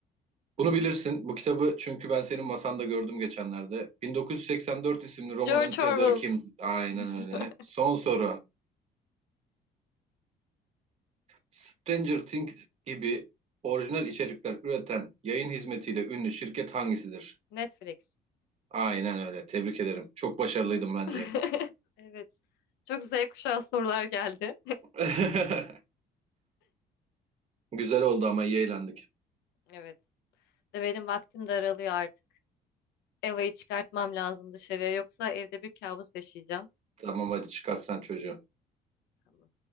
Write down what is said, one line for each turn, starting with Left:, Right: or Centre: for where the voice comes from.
Right: Bunu bilirsin. Bu kitabı çünkü ben senin masanda gördüm geçenlerde. 1984 isimli romanın
Left: George Orwell.
Right: yazarı kim? Aynen
Left: <laughs>
Right: öyle. Son soru. Stranger Things gibi orijinal içerikler üreten yayın hizmetiyle ünlü şirket hangisidir?
Left: Netflix.
Right: Aynen öyle. Tebrik ederim. Çok başarılıydım bence.
Left: <laughs> Evet. Çok Z kuşağı sorular geldi.
Right: <laughs> Güzel oldu ama iyi eğlendik.
Left: <laughs> Evet. De Benim vaktim de aralıyor artık. Eva'yı çıkartmam lazım dışarıya yoksa evde bir kabus yaşayacağım.
Right: Tamam hadi çıkart sen çocuğu.
Left: Tamam.